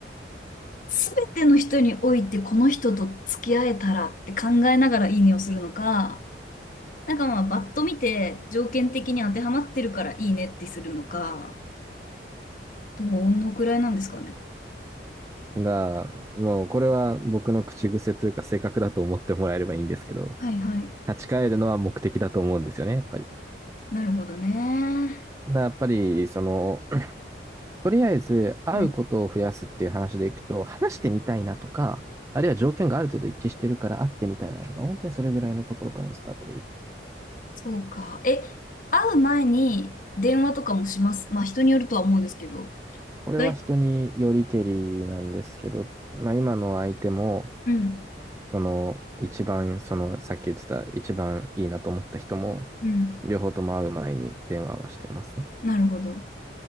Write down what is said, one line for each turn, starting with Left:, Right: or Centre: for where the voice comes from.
Left: すべての人において、この人と付き合えたらって考えながらいいねをするのか、なんかまあ、バッと見て、条件的に当てはまってるからいいねってするのか、どのくらいなんですかね。
Right: が、もうこれは僕の口癖というか性格だと思ってもらえればいいんですけど、
Left: はいはい。
Right: 立ち返るのは目的だと思うんですよね、やっぱり。
Left: なるほどね。
Right: だやっぱり、その、とりあえず会うことを増やすっていう話でいくと、
Left: はい。
Right: 話してみたいなとか、あるいは条件がある程度一致してるから会ってみたいなのが、本当にそれぐらいのところからのスタートでいい。
Left: そうか。え、会う前に電話とかもします。まあ、人によるとは思うんですけど。
Right: これは人によりけりなんですけど、
Left: 大体、
Right: まあ今の相手も、
Left: うん。
Right: その、一番、その、さっき言ってた、一番いいなと思った人も、
Left: うん。
Right: 両方とも会う前に電話はしてますね。
Left: なるほど。